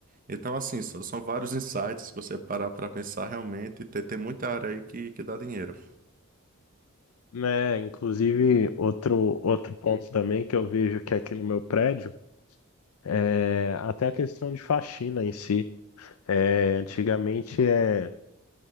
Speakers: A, on the right; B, on the left.
A: Então, assim, são são vários insights que você parar para pensar realmente, tem, tem muita área aí que, que dá dinheiro.
B: né? Inclusive, outro, outro ponto também que eu vejo que é aqui no meu prédio é até a questão de faxina em si. É, antigamente é,